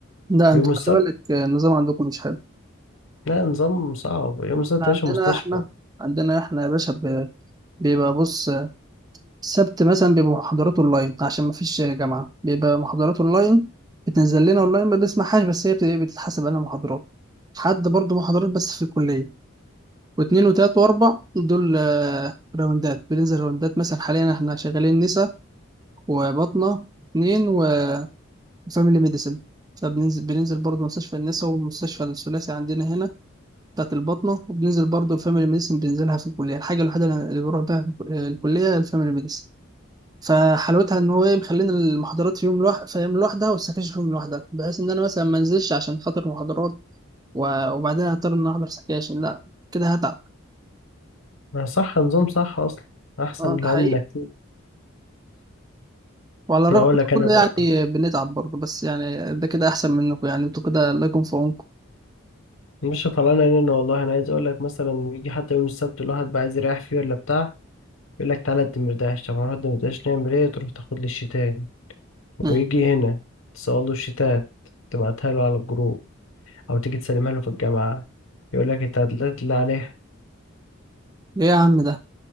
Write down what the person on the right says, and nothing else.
لا
انت
خلي بالك آه، النظام عندكم مش حلو
احنا
عندنا
احنا عندنا احنا يا باشا ب- بيبقى بص آه، السبت مثلا بيبقى محاضرات اونلاين عشان ما فيش جامعة بيبقى محاضرات اونلاين بتنزل لنا اونلاين ما بنسمعهاش بس هي بت- بتتحسب انها محاضرات حد برضو محاضرات بس في الكلية واتنين وتلات واربع دول آه، راوندات بننزل راوندات مثلا حاليا احنا شغالين نسا وبطنة اتنين وفاميلي ميديسن فبننزل بننزل برضه مستشفى النسا ومستشفى الثلاثي عندنا هنا بتاعت البطنة وبننزل برضه فاميلي ميديسن بننزلها في الكلية الحاجة الوحيدة اللي بروح بيها الكلية الفاميلي ميديسن فحلاوتها ان هو ايه مخلينا المحاضرات في يوم لوحدها في يوم لوحدها والسكاشن في يوم لوحدها بحيث ان انا مثلا ما انزلش عشان خاطر محاضرات و- وبعدين هضطر ان أنا احضر سكاشن لا كده هتعب
اه
ده حقيقي
وعلى الرغم
من
كل
يعني بنتعب برضه بس يعني ده كده أحسن منكم يعني انتوا كده الله يكون في عونكم
مم.
إيه يا عم ده